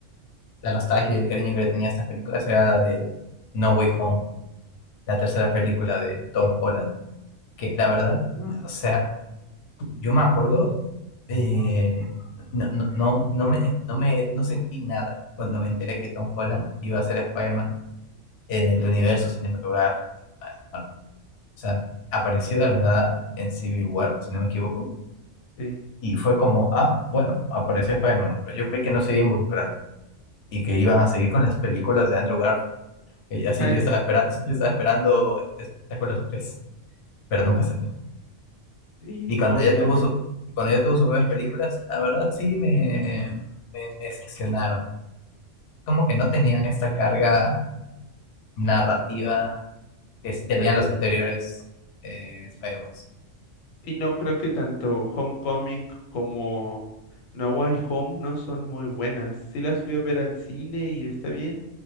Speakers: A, on the left (about 60°); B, on the left (about 80°).
A: la nostalgia y el cariño que le tenía a estas películas era la de No Way Home, la tercera película de Tom Holland, que la verdad,
B: ah,
A: o sea, yo me acuerdo, eh, no, no, no, no me, no me no sentí nada cuando me enteré que Tom Holland iba a ser Spider-Man en el universo cinematográfico. Bueno, o sea, apareció de la nada en Civil War, si no me equivoco
B: sí,
A: Y fue como, ah, bueno, apareció Spider-Man, pero yo creí que no se iba a involucrar y que iban a seguir con las películas de Andrew Garfield.
B: <laughs>
A: Y así
B: ah,
A: yo
B: ya,
A: estaba esperando, yo estaba esperando Espectacular 3, pero nunca salió.
B: sí,
A: Y
B: no,
A: cuando ya
B: ya.
A: tuvo su, cuando ya tuvo sus nuevas películas, la verdad sí me, me, me decepcionaron. Como que no tenían esta carga narrativa que sí tenían los anteriores eh, Spider-Man.
B: Sí, no creo que tanto Homecoming como No Way Home no son muy buenas. Sí las fui a ver al cine y está bien,